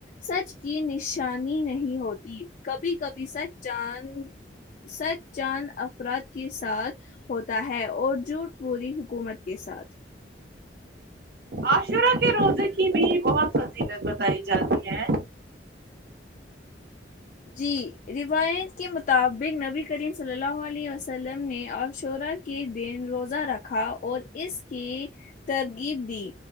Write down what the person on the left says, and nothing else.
سچ کی نشانی نہیں ہوتی کبھی کبھی سچ جان سچ جان افراد کے ساتھ ہوتا ہے اور جوٹ پوری حکومت کے ساتھ
جی روایت کے مطابق نبی کریم صلی اللہ علیہ وسلم نے عاشعرا کے دن روزہ رکھا اور اس کی ترغیب دی